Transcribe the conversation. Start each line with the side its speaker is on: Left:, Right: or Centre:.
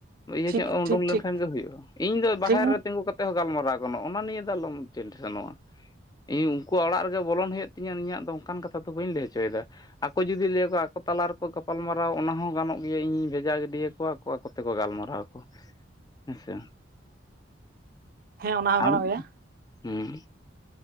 Left: ᱤᱭᱟᱹ
Right: ᱴᱷᱤᱠ
Left: ᱧᱚᱜ ᱮ ᱩᱰᱩᱝ
Right: ᱴᱷᱤᱠ
Left: ᱞᱮᱱᱠᱷᱟᱱᱜ
Right: ᱴᱷᱤᱠ
Left: ᱜᱮ ᱦᱩᱭᱩᱜᱼᱟ, ᱤᱧ ᱫᱚ ᱵᱟᱦᱮᱨ
Right: ᱴᱷᱤᱠ
Left: ᱨᱮ ᱛᱤᱜᱩ ᱠᱟᱛᱮᱜ ᱦᱚᱸ ᱜᱟᱞᱢᱟᱨᱟᱣ ᱜᱟᱱᱚᱜᱼᱟ ᱚᱱᱟ ᱱᱤᱭᱮ ᱫᱚ ᱟᱞᱚᱢ <unintelligible> ᱤᱧ ᱩᱱᱠᱩᱣᱟᱜ ᱚᱲᱟᱜ ᱨᱮᱜᱮ ᱵᱚᱞᱚᱱ ᱦᱩᱭᱩᱜ ᱛᱤᱧᱟᱹ ᱤᱧᱟᱹᱜ ᱫᱚ ᱚᱱᱠᱟᱱ ᱠᱟᱛᱷᱟ ᱫᱚ ᱵᱟᱹᱧ ᱞᱟᱹᱭ ᱪᱚᱭᱫᱟ ᱟᱠᱚ ᱡᱩᱫᱤ ᱞᱟᱹᱭ ᱟᱠᱚᱣᱟ ᱟᱠᱚ ᱛᱟᱞᱟ ᱨᱮᱠᱚ ᱜᱟᱯᱟᱞᱢᱟᱨᱟᱣ ᱚᱱᱟ ᱦᱚᱸ ᱜᱟᱱᱚᱜ ᱜᱮᱭᱟ ᱤᱧ ᱵᱷᱮᱡᱟ ᱜᱤᱰᱤᱭᱟᱠᱚᱣᱟ ᱟᱠᱚ ᱟᱠᱚ ᱛᱮᱠᱚ ᱜᱟᱞᱢᱟᱨᱟᱣ ᱦᱮᱸ ᱥᱮ
Right: ᱦᱮᱸ ᱚᱱᱟ ᱦᱚᱸ
Left: ᱟᱢ
Right: ᱜᱟᱱᱚᱜ ᱜᱮᱭᱟ
Left: ᱩᱸ